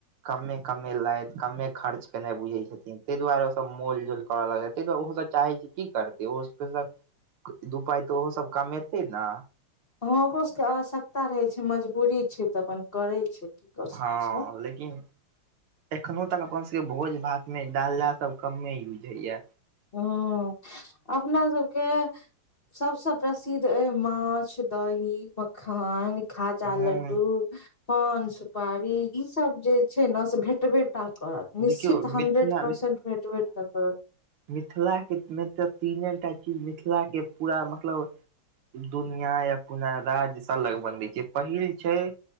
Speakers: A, on the right; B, on the left.
A: कम्मे कम्मे लैत कम्मे खर्च केलय बुझै छथिन तैय दुआरे ओ सब मोल -जोल करऽ लगतै तैय दुआरे ओ सब चाहै छै की करतै ओ <unintelligible> क-दू पाय तऽ ओहो सब कमेतै ने
B: हं ओकरो सबके आवश्यकता रहे छै मजबूरी छै तऽ अपन करेै छै। की कऽ सकै
A: हँ
B: छै
A: लेकिन एखनो तक अपन सबके भोज- भात मे डालडा सब कम्मे यूज होयया।
B: हं, अपना सबके सबस प्रसिद्ध अइ माछ, दही, मखान, खाजा,
A: ह
B: लड्डू पान, सुपारी ई सब जे छैय न से भेटबे टां करत। निश्चित
A: देखियौ
B: हंड्रेड
A: मिथिला
B: परसेंट भेटबे टा करत।
A: मिथिलाके तऽ म -में त तीने टा चीज मिथिलाके पूरा मतलब दुनिया या पूना राज्य से लग बनबै छैय पहिल छैय।